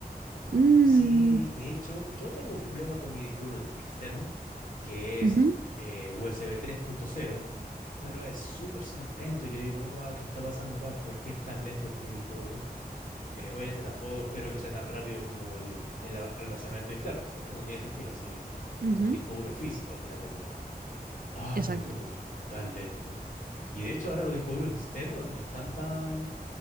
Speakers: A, on the right; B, on the left.
A: Mm,
B: Sí, de hecho, yo tengo un problema con mi disco duro externo, que
A: ujú,
B: es eh, U S B tres punto cero, pero es súper, súper lento. Y Yo digo, wow, ¿qué está pasando acá? ¿Por qué es tan lento este disco duro? Eh, obviamente tampoco espero que sea tan rápido como el, el a- almacenamiento interno, ¿cierto? No tiene sentido si
A: ujú,
B: es un disco duro físico al final del día. Ah,
A: exacto.
B: pero lo encuentro tan lento. Y de hecho ahora los discos duros externos no están tan...